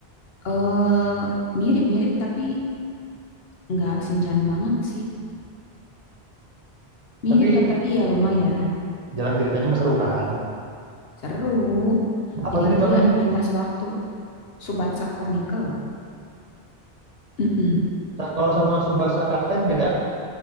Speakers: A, on the left (about 70°); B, on the right (about 40°).
A: eh mirip-mirip tapi nggak sinchan banget sih Mirip
B: Tapi
A: lah tapi ya lumayan.
B: jalan ceritanya mah seru kan.
A: Seru.
B: Apa
A: Jadi
B: tadi namanya?
A: dia lintas waktu. Subatsa Chronicle. Mm-mm.
B: Sa- Kalau sama Subasa Kapten beda.